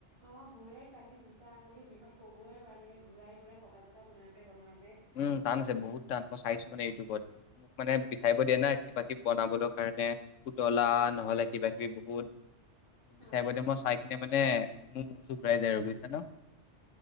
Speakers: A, on the right; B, on the left.
A: অ', মোৰে কালি দুটা আঙুলি বিষত ক'বয়ে পৰা নাই এনেকে ঘূৰাই ঘূৰাই পকাই পকাই বনাওঁতে বনাওঁত
B: উম, টান আছে বহুত টান মই চাইছো মানে ইউটিউবত, মোক মানে বিচাৰিব দিয়া নাই। কিবাকিবি বনাবলৈ কাৰণে। পুতলা
A: উম,
B: নহ'লে কিবাকিবি বহুত। বিচাৰিব
A: অ'।
B: দিয়ে, মই চাই কিনে মানে মোৰ মূৰ চুৰ ঘূৰাই যায় আৰু বুজিছে ন'?